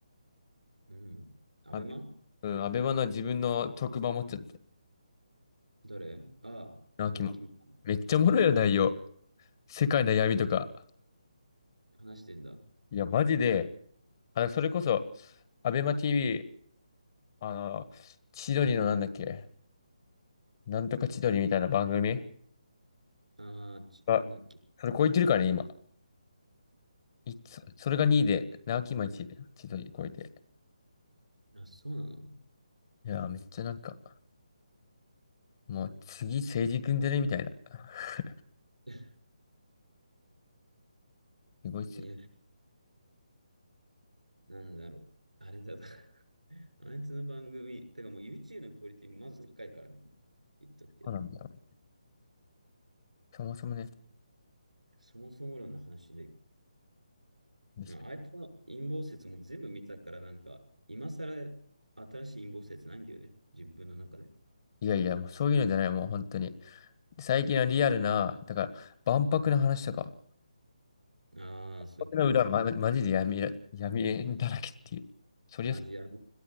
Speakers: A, on the right; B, on the left.
A: うん。アベマ
B: アベ、うん、アベマの自分の特番持っちゃって。
A: 誰ああ、
B: な、
A: 直樹も。
B: キマ。めっちゃおもろいよ、
A: マジ
B: 内容。世界の闇とか。
A: 話してんだ。
B: いや、マジで、あの、それこそ、アベマ TV、あの、千鳥のなんだっけ、なんとか千鳥みたいな番組。
A: ああ、ち、
B: あ、
A: なんだっけ。
B: それ超えてるからね、今。いつ、それが2位で、直木今1位で、千鳥超えて。
A: あ、そうなの
B: いやー、めっちゃなんか、もう次、政治くんじゃねみたいな。<laughs>
A: <laughs>
B: すごいっすよ。
A: いや、なんだろう。あれだな <laughs> あいつの番組、てかもう YouTube のクオリティまず高いからね。言っとくけど。
B: そうなんだよね。そもそもね。
A: そもそも論の話で、
B: リスペ
A: ああいつの陰謀説も全部見たからなんか、今更新しい陰謀説ないんだよね。自分の中で。
B: いやいや、もうそういうのじゃない、もう本当に。最近はリアルな、だから、万博の話とか、
A: ああ、
B: 万博の裏、
A: そういうこと
B: ま、マジで闇ら、闇だらけっていう。そりゃそう、
A: マジやい